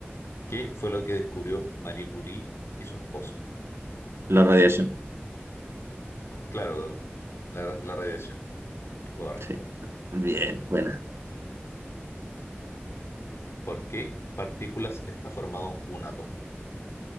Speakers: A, on the left (about 80°); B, on the right (about 75°).
A: ¿Qué fue lo que descubrió Marie Curie y su esposo?
B: La radiación.
A: Claro, la, la radiación. Correcto.
B: Sí. Bien, buena.
A: ¿Por qué partículas está formado un átomo?